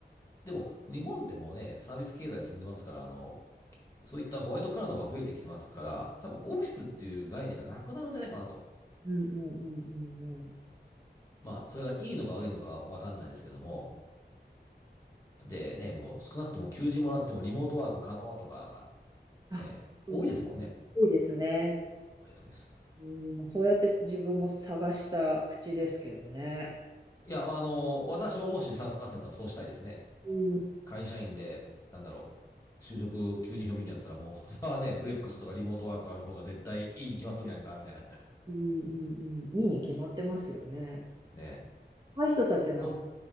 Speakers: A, on the left; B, on the right.
A: でも日本ってもうね、サービス経済進んでますから、あの、そういったホワイトカラーの方が増えてきてますから、多分オフィスっていう概念がなくなるんじゃないかなと。
B: うんうんうんうんうん。
A: まあ、それがいいのか悪いのかわかんないですけども。でね、もう少なくとも求人もらってもリモートワーク可能とか、
B: あ、
A: ね、多いですもんね。
B: うん、多いですね。
A: そうです。そうです
B: うん、そうやって自分も探した口ですけどね。
A: いや、あの、私ももし探すんだったらそうしたいですね。
B: うん
A: 会社員で、なんだろう、就職急に表明になったらもう、<laughs> それはね、フレックスとかリモートワークある方が絶対いいに決まっとるやんか、みたいな。
B: うんうんうん。いいに決まってますよね。
A: <laughs> ね
B: 若い人たちなん
A: え。もう、